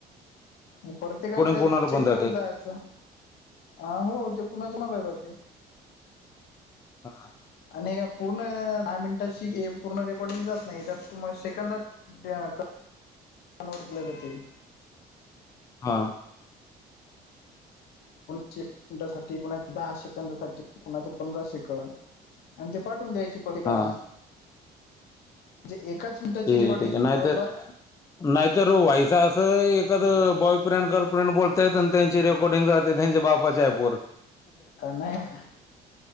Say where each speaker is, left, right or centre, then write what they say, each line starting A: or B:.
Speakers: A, on the left; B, on the left.
A: प्रत्येकाने त्यात
B: कोणाला
A: चेक
B: पण जाते.
A: करत जायचं. आहो ते कुणाच मला जाते.
B: हा.
A: आणि काय पूर्ण दहा मिनिटाची पूर्ण रेकॉर्डिंग जात नाही त्यात तुम सेकंदात. देडका नोट के
B: हा.
A: कोण एक मिनिटाचा, कोण दहा सेकंदाचा, कोण पंधरा सेकंद. आणि ते पाठवून द्यायची प्रत्येकाला
B: हां.
A: मग, म्हणजे एकाच.
B: ठीक
A: रिकॉर्डिंग
B: आहे ठीक आहे. नाही
A: जवळपास.
B: तर नाहीतर व्हॉइस असं एखादं बॉयफ्रेंड-गर्लफ्रेंड बोलतायत आणि त्यांची रेकॉर्डिंग जाते, त्यांचे ब जय बोर
A: अं, नाही मग,